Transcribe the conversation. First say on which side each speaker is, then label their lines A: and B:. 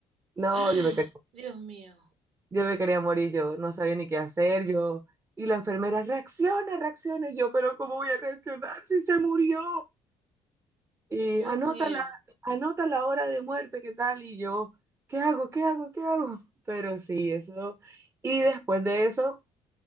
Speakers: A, on the right; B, on the right.
A: No,
B: ¡Ah!
A: yo me quería,
B: Dios mío,
A: yo me quería morir, yo no sabía ni qué hacer, yo, y la enfermera, reacciona, reacciona, y yo, pero ¿cómo voy a reaccionar si se murió? Y
B: eh, Dios
A: anota
B: mío,
A: la, anota la hora de muerte, ¿qué tal? Y yo, ¿qué hago? ¿Qué hago? ¿Qué hago? <laughs> Pero sí, eso. Y después de eso,